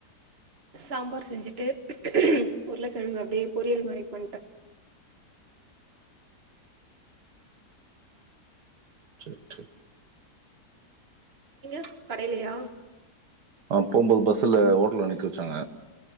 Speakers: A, on the right; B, on the right.
A: சாம்பார் செஞ்சுட்டு உருளைக்கிழங்கு அப்டியே பொரியல் மாரி பண்ணுடேன்
B: சேரி சேரி
A: நீங்க கடையிலையா
B: ஆ போம்போது பஸ்ல ஓட்டல்ல நிக்க வச்சாங்க